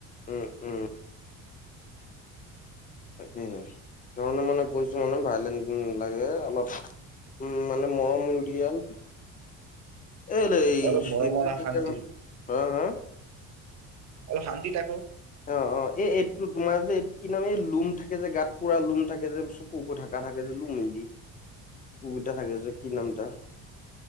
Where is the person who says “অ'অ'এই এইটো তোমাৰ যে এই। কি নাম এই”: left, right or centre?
Left